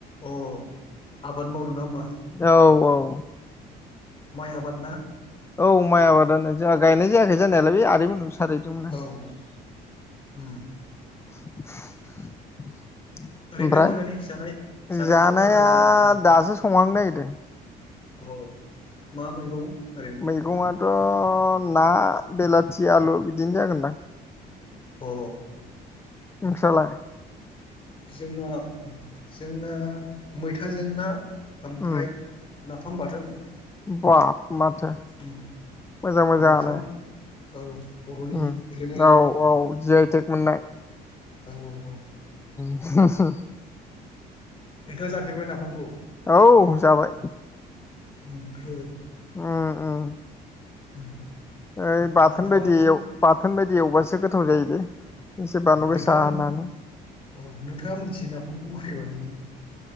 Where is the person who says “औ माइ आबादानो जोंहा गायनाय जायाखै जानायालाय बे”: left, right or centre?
Left